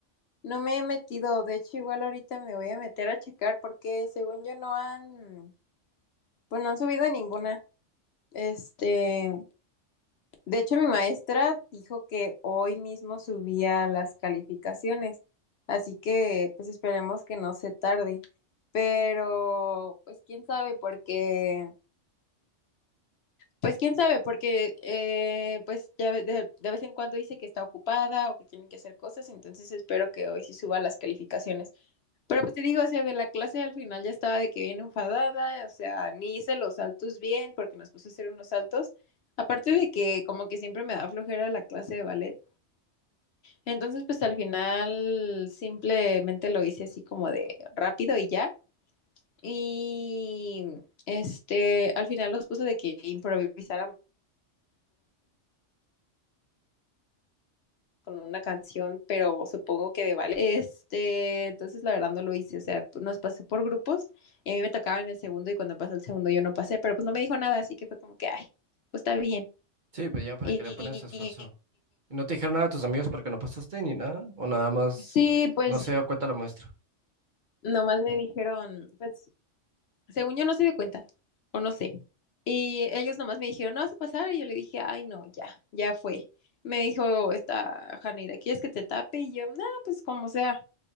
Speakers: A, on the left; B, on the right.
A: no me he metido, de hecho igual ahorita me voy a meter a checar porque según yo no han, pues no han subido ninguna. Este, De hecho, mi maestra dijo que hoy mismo subía las calificaciones, así que pues esperemos que no se tarde. Pero pues quién sabe, porque pues quién sabe, porque eh, pues ya ve- de, de vez en cuando dice que está ocupada o que tienen que hacer cosas, entonces espero que hoy sí suba las calificaciones. Pero pues te digo, o sea, de la clase al final ya estaba de que bien enfadada, o sea, ni hice los saltos bien porque nos puso a hacer unos saltos. Aparte de que como que siempre me da flojera la clase de ballet. Entonces, pues al final simplemente lo hice así como de rápido y ya. Y este, al final nos puso de que improvisáramos con una canción, pero supongo que de vale. Este, entonces la verdad no lo hice, o sea, nos pasó por grupos y a mí me tocaba en el segundo y cuando pasó el segundo yo no pasé, pero pues no me dijo nada, así que fue como que, ay, pues está bien.
B: Sí, pues ya para
A: Y,
B: que le pones esfuerzo.
A: y-
B: ¿No te dijeron nada a tus amigos porque no pasaste ni nada? ¿O nada más
A: sí, pues
B: no se dio cuenta la muestra?
A: nomás me dijeron, pues según yo no se dio cuenta, o no sé. Y ellos nomás me dijeron, no vas a pasar, y yo le dije, ay, no, ya, ya fue. Me dijo esta Janeira, ¿quieres que te tape? Y yo, no, pues como sea.